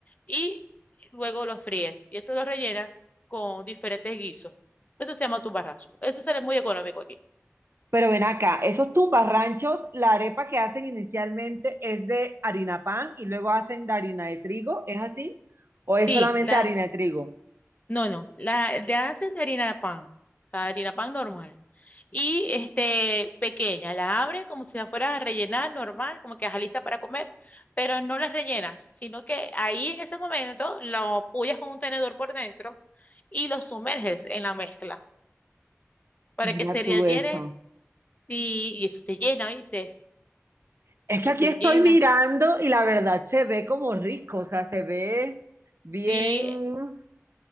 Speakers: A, on the left; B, on the right.
A: y luego lo fríes. Y eso lo rellenas con diferentes guisos. Eso se llama tu barrazo. Eso sale muy económico aquí.
B: Pero ven acá, esos tumbarranchos, la arepa que hacen inicialmente es de harina pan y luego hacen de harina de trigo, ¿es así? ¿O
A: Sí,
B: es solamente
A: la,
B: harina de trigo?
A: No, no, la de hacen de harina de pan, o sea, harina pan normal. Y este pequeña, la abre como si la fueras a rellenar normal, como que ajá, lista para comer, pero no la rellenas, sino que ahí en ese momento lo apoyas con un tenedor por dentro y lo sumerges en la mezcla para
B: Mira
A: que se
B: tú
A: rellene
B: eso.
A: y, y eso te llena, ¿viste?
B: Es que
A: Te,
B: aquí
A: te
B: estoy
A: llena.
B: mirando y la verdad se ve como rico, o sea, se ve bien
A: Sí,